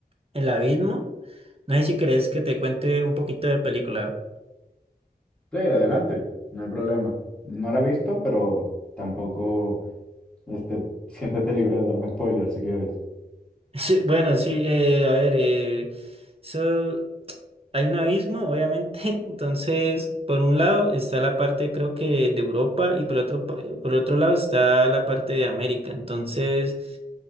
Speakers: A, on the right; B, in the centre.
A: El Abismo. No sé si querés que te cuente un poquito de película.
B: Sí, adelante, no hay problema. No la he visto, pero tampoco, este, siéntete libre de darme spoilers si quieres.
A: Sí, bueno, sí, eh, a ver, eh, eso, hay un abismo, obviamente, <laughs> entonces, por un lado está la parte, creo que, de Europa y por otro, pa- por otro lado está la parte de América, entonces,